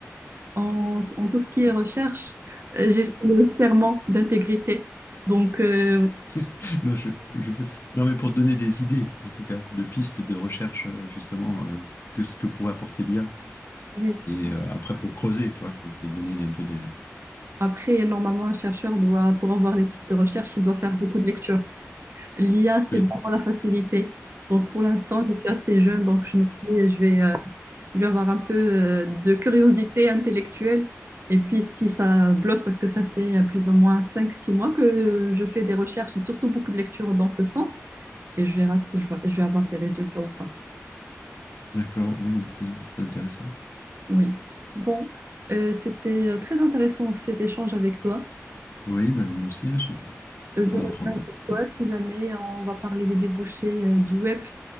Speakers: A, on the right; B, on the left.
A: En, en tout ce qui est recherche, euh, j'ai fait le serment d'intégrité. Donc, euh,
B: <laughs> Non, je, je- non, mais pour te donner des idées, en tout cas, de pistes de recherche, euh, justement, euh, que ce que pourrait apporter l'IA.
A: oui,
B: Et euh, après, pour creuser, tu vois, pour te donner un peu des...
A: Après, normalement, un chercheur doit, pour avoir les pistes de recherche, il doit faire beaucoup de lectures. L'IA, c'est
B: Oui,
A: vraiment la facilité. Donc, pour l'instant, je suis assez jeune, donc je me dis, je vais, euh, je vais avoir un peu euh, de curiosité intellectuelle. Et puis, si ça bloque, parce que ça fait euh, plus ou moins cinq, six mois que euh, je fais des recherches et surtout beaucoup de lectures dans ce sens, et je verrai si je vois- je vais avoir des résultats ou pas.
B: d'accord, ouais, non, mais c'est c'est intéressant.
A: Oui. Bon, euh, c'était euh, très intéressant cet échange avec toi.
B: Oui, ben, moi aussi, hein, j'étais j'étais content
A: Euh, Je reviens
B: d'apprendre.
A: vers toi si jamais on va parler des débouchés euh, du web